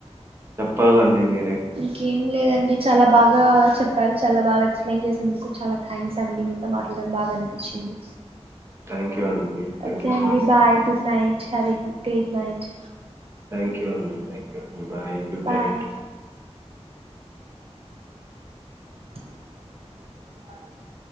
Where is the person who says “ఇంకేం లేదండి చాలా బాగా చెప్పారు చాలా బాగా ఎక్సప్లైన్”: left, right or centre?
Right